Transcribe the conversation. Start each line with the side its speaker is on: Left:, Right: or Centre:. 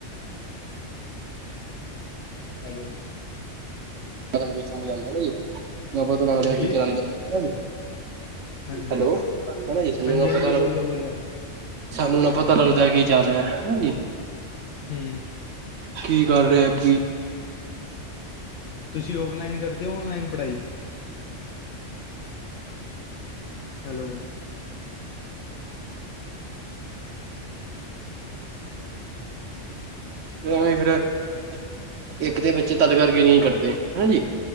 Left: ਹੈਲੋ।
Right: ਪੇਲੇ ਏਨੂੰ ਕੋਈ ਸਮਝਾਂਦਾ ਨਾ ਜੀ, ਨਾ ਪਤਾ ਲੱਗਦਾ
Left: ਹਾਂਜੀ,
Right: ਕੀ ਕਰਾਂਦੇ? ਹਨਾ ਜੀ।
Left: ਹਾਂਜੀ,
Right: ਹੈਲੋ, ਹਨਾ ਜੀ <unintelligible>
Left: ਹਾਂਜੀ, ਹਾਂਜੀ
Right: ਪਤਾ
Left: ਬੋਲੋ, ਬੋਲੋ
Right: ਸਾਨੂੰ ਨਾ ਪਤਾ ਲੱਗਦਾ, ਕੀ ਚੱਲ ਰਿਆ ਏ? ਹਨਾ ਜੀ।
Left: ਹੂੰ।
Right: ਕੀ ਕਰ ਰੇਆ, ਕੀ?
Left: ਤੁਸੀਂ ਔਫਲਾਈਨ ਕਰਦੇ ਔ, ਔਨਲਾਈਨ ਪੜ੍ਹਾਈ? ਹੈਲੋ।
Right: <unintelligible> ਇੱਕ ਤੇ ਬੱਚੇ ਤਦ ਕਰਕੇ ਨਈ ਕਰਦੇ, ਹਨਾ ਜੀ।